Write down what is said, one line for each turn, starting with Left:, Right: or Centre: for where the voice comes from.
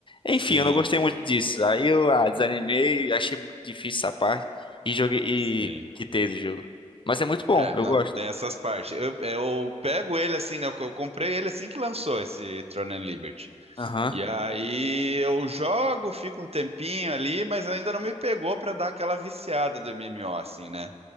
Left: Enfim,
Right: Sim,
Left: eu não gostei muito disso. Aí eu ah, desanimei, achei muito difícil essa parte e joguei e
Right: sim.
Left: quitei do jogo. Mas é muito bom,
Right: É,
Left: eu
Right: não,
Left: gosto.
Right: tem essas partes. Eu, eu pego ele assim, né? Eu, eu comprei ele assim que lançou esse Throne and Liberty.
Left: Aham,
Right: E aí eu jogo, fico um tempinho ali, mas ainda não me pegou pra dar aquela viciada do MMO, assim, né?